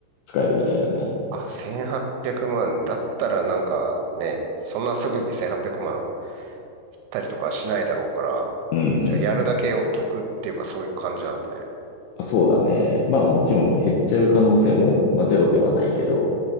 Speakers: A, on the left; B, on the right.
A: 使えるみたいだね。
B: あ、1800万。だったらなんかね、そんなすぐに1800万っぴゃくまん売ったりとかしないだろうから、
A: うんう
B: じゃあやるだけを得っていうかそういう感じなんだね。
A: ん。そうだね。まあもちろん減っちゃう可能性も、まあ、ゼロではないけど、